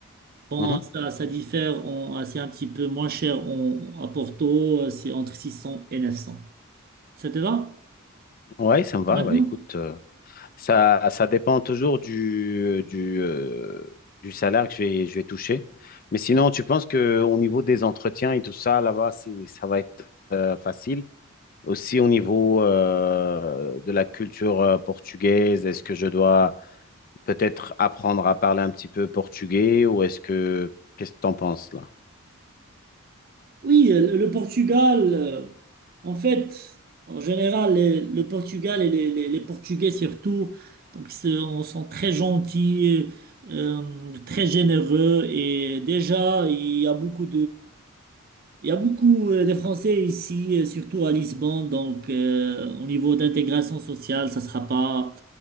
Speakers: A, on the right; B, on the left.
A: Bon,
B: Mhm.
A: ça, ça diffère, en- c'est un petit peu moins cher en- à Porto, euh, c'est entre 600 et 900. Ça te va
B: Ouais, ça me va.
A: pour maintenant?
B: Bah, écoute, euh, ça, ça dépend toujours du, du, euh, du salaire que je vais, je vais toucher. Mais sinon, tu penses que au niveau des entretiens et tout ça, là-bas, c'est, ça va être euh, facile. Aussi au niveau euh, de la culture euh, portugaise, est-ce que je dois peut-être apprendre à parler un petit peu portugais ou est-ce que qu'est-ce que t'en penses là?
A: Oui, euh, le le Portugal, euh, en fait, en général, les- le Portugal et les, les- les Portugais surtout, donc c'est- on sont très gentils, euh, très généreux et déjà il y a beaucoup il y a beaucoup euh, de Français ici, euh, surtout à Lisbonne, donc euh, au niveau d'intégration sociale, ça ne sera pas